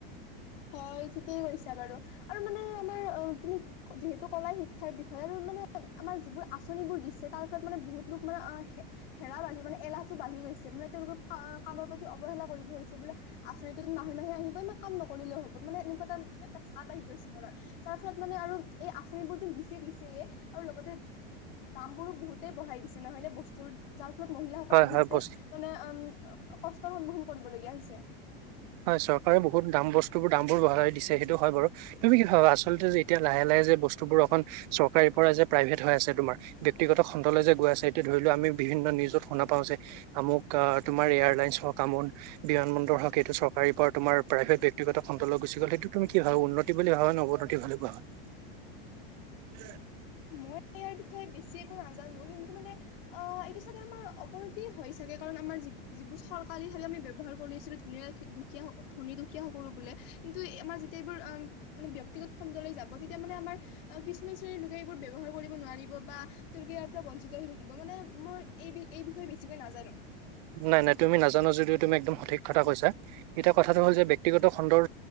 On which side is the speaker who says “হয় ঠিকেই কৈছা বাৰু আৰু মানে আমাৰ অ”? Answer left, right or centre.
Left